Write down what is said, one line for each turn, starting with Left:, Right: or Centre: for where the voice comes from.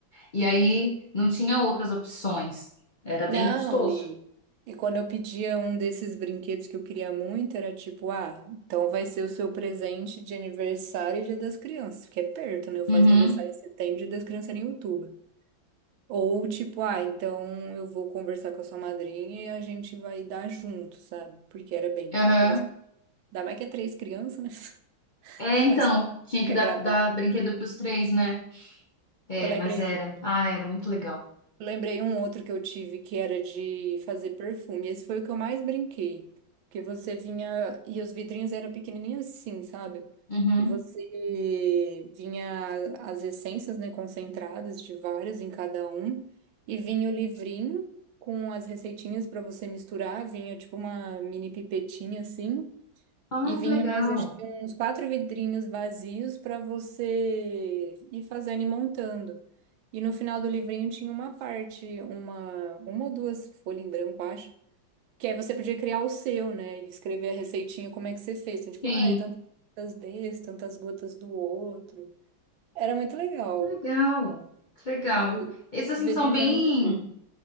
Left: E aí não tinha outras opções, era bem
Right: Não,
Left: custoso.
Right: e, e quando eu pedia um desses brinquedos que eu queria muito, era tipo, ah, então vai ser o seu presente de aniversário e Dia das Crianças, que é perto, né? Eu faço
Left: Uhum,
Right: aniversário em setembro, Dia das Crianças era em outubro. Ou tipo, ah, então eu vou conversar com a sua madrinha e a gente vai dar junto, sabe? Porque era bem
Left: aham.
Right: caro. Assim. Ainda mais que é três crianças, né? <laughs>
Left: É, então,
Right: Mas
Left: tinha
Right: tem
Left: que
Right: que
Left: dar,
Right: agradar.
Left: dar brinquedo pros três, né? É,
Right: Eu lembrei,
Left: mas era, ah, era muito legal.
Right: Eu Lembrei um outro que eu tive que era de fazer perfume. Esse foi o que eu mais brinquei. Porque você vinha. E os vidrinhos eram pequenininhos assim, sabe?
Left: Uhum.
Right: E você vinha as essências, né, concentradas de vários em cada um. E vinha o livrinho com as receitinhas para você misturar. Vinha tipo uma mini pipetinha assim.
Left: Ah,
Right: E vinha
Left: que legal.
Right: mais, acho que uns quatro vidrinhos vazios para você ir fazendo e montando. E no final do livrinho tinha uma parte, uma, uma ou duas folhas em branco, acho. Que aí você podia criar o seu, né? E escrever a receitinha, como é que você fez. Então, tipo,
Left: Sim,
Right: ah, é tantas gotas desse, tantas gotas do outro. Era muito legal.
Left: que legal, que legal.
Right: E o-
Left: Esses assim
Right: os vidrinhos
Left: são bem
Right: eram muito fofos.